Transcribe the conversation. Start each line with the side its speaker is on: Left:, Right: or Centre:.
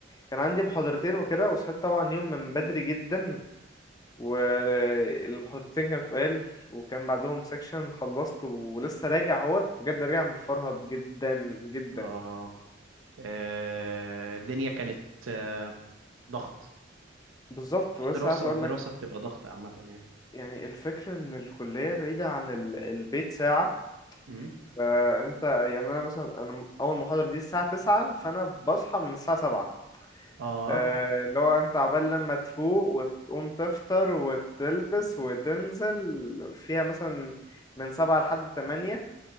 Left: كان عندي محاضرتين وكده وصحيت طبعا يوم من بدري جدا والمحاضرتين كانت قال وكان بعدهم سيكشن خلصت ولسه راجع اهوت بجد راجع مفرهد جدا جدا
Right: اه آه، الدنيا كانت آه، ضغط
Left: بالظبط
Right: هو
Left: ولسه
Right: الدراسه
Left: عايز اقول
Right: الدراسه
Left: لك
Right: بتبقى ضغط عامه يعني
Left: يعني الفكره ان الكليه بعيده عن ال... البيت ساعه
Right: امم
Left: فانت يعني انا مثلا انا اول محاضره دي الساعه 9 فانا بصحى من الساعه 7
Right: اه
Left: آه، اللي هو انت عبال لما تفوق وتقوم تفطر وتلبس وتنزل فيها مثلا من سبعة لحد تمانية